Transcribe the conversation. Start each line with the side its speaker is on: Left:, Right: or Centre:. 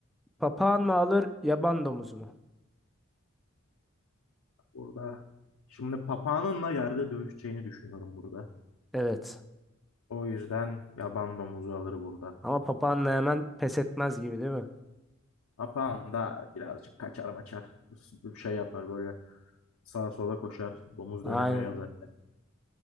Centre: papağan mı alır, yaban domuzu mu?
Left: Burada. Şimdi papağanınla yerde dövüşeceğini düşünüyorum burada.
Centre: Evet.
Left: O yüzden yaban domuzu alır burada.
Centre: Ama papağanla hemen pes etmez gibi değil mi?
Left: Papağan da birazcık kaçar maçar. Bir şey yapar böyle sağa sola koşar. Domuz
Centre: Aynen.
Left: dönemiyor ya zaten.